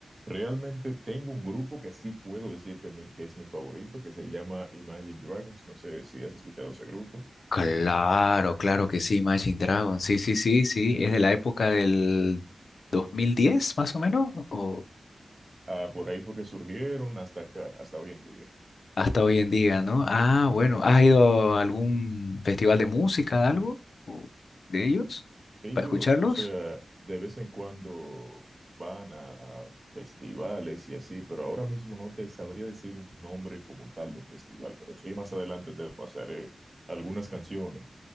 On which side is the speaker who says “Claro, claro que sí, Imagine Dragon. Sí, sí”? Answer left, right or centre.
Left